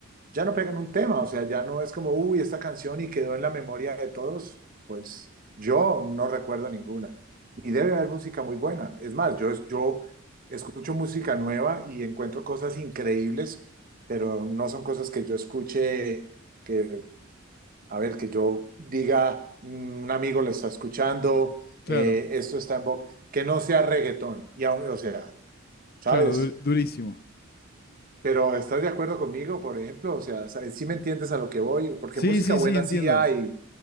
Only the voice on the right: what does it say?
ya no pegan un tema, o sea, ya no es como, uy, esta canción y quedó en la memoria de todos, pues yo no recuerdo ninguna. Y debe haber música muy buena. Es más, yo, es- yo escucho música nueva y encuentro cosas increíbles, pero no son cosas que yo escuche, que, a ver, que yo diga, "Mm, un amigo lo está escuchando,
eh, esto está en boca, que no sea reggaetón. Y, aún- o sea, ¿sabes?
Pero ¿estás de acuerdo conmigo, por ejemplo? O sea, sa- sí me entiendes a lo que voy, porque
música
buena
sí hay.